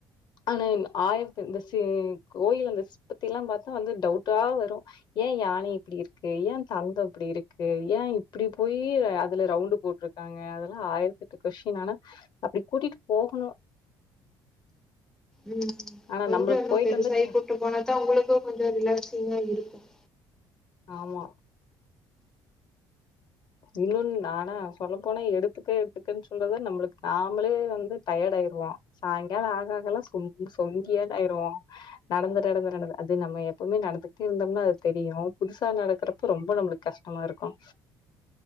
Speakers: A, on the left (about 55°); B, in the centre.
A: ஆனா என் ஆயிரத்து இந்த சிற் கோயில்ல இந்த சிற்பத்தியெல்லா பாத்தா வந்து டவுட்டா வரு ஏ யானை இப்புடி இருக்கு ஏ தந்தம் இப்புடி இருக்கு ஏ இப்புடி போயி அதுல ரவுண்ட் டு போட்ருக்காங்க அதெல்லா ஆயிரத் எட்டு கொஷ்டின் ஆனா அப்பிடி கூட்டிட்டு போகணு
B: உம்
A: ஆனா,
B: கொஞ்சோ
A: நம்மளுக்கு
B: இன்னும்
A: போயிட்டு
B: பெருசாயி
A: வந்தா ச்ச
B: கூட்டு போனத்தான் உங்களுக்கும் கொஞ்சோ ரிலாக்ஸ்சிங்கா இருக்கும்
A: ஆமா இன்னொன்னு ஆனா சொல்லப்போன எடுத்துக்க எடுத்துக்கன்னு சொல்றது நம்மளுக்கு நாமளே வந்து டயர்ட் ஆயிருவோம் சாய்ங்கால ஆக ஆகலா சொங் சொங்கியாட்டு ஆயிருவோ நடந்து நடந்து நடந்து அது நம்ம எப்பவுமே நடந்துகிட்டே இருந்தோம்னா அது தெரியும் புதுசா நடக்கிறப்ப ரொம்ப நம்மளுக்கு கஷ்டமா இருக்கும்